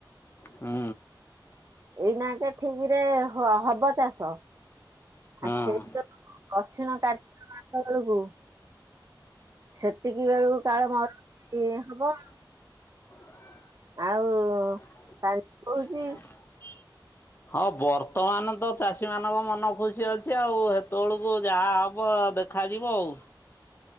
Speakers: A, on the left; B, on the right.
A: ହୁଁ।
B: ଏଇନା କେ ଠିକ ରେ ହ ହବ ଚାଷ
A: ହଁ।
B: ଆ ସେଇ <unintelligible> ଅଶିଣ କାର୍ତ୍ତିକ ମାସ ବେଳକୁ ସେତିକି ବେଳକୁ କାଳେ ମରୁଡ଼ି ହବ।
A: <inaudible>
B: ଆଉ ପାଣି ପକଉଛି
A: ହଁ ବର୍ତ୍ତମାନ ତ ଚାଷୀ ମାନଙ୍କ ମନ ଖୁସି ଅଛି ଆଉ ହେତେବେଳକୁ ଯାହା ହବ ଦେ ଖାଯିବ ଆଉ।